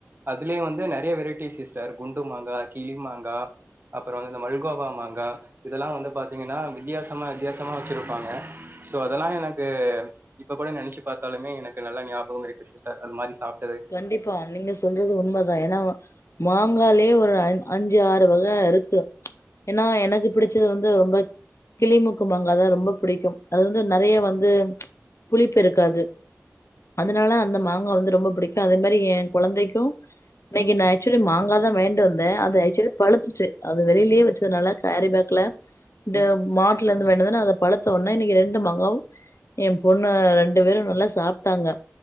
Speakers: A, on the right; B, on the left.
A: அதுலே வந்து நெறையா வெரைட்டி சிஸ் டர் குண்டு மாங்கா கிளி மாங்கா அப்றோ வந் இந்த மல்கோவா மாங்கா இதெல்லா வந்து பாத்தீங்கனா வித்தியாசமா வித்தியாசமா வச்சிருப்பாங்க சோ அதெல்லா எனக்கு இப்ப கூட நெனச்சு பாத்தாலுமே எனக்கு நல்லா ஞாபகம் இருக்கு சிஸ்டர் அது மாரி சாப்ட்
B: கண்டிப்பா நீங்க சொல்றது உண்மதா ஏனா வ மாங்காலே ஒரு அன் அஞ்சு ஆறு வக இருக்கு ஏனா எனக்கு பிடிச்சது வந்து ரொம்ப கிளிமூக்கு மாங்காதா ரொம்ப புடிக்கு அது வந்து நெறையா வந்து புளிப்பு இருக்காது அதுனால அந்த மாங்கா வந்து ரொம்ப புடிக் கு அதே மாரி எ கொழந்தைக்கு இன்னைக்கி நா அக்சுவலி மாங்காதா வாய்ன்டு வந்தே அது ஆக்சுவலி பழுத்துச்சு அது வெளிலே வச்சதுனால கேரி பேக்ல டே
A: ம்
B: மான் ட்ல இருந்து வாய்ன்டு வந்தோன அத பழுத்தோன இன்னைக்கு ரெண்டு மாங்காவு எ பொண்ணு ரெண்டு பேரு நல்லா சாப்ட்டாங்க